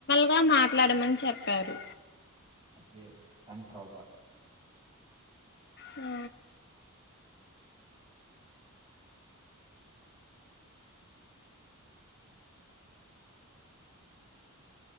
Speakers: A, on the left; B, on the right.
A: గా మాట్లాడమని చెప్పారు
B: అదే కానీ ప్రాపర్
A: ఆ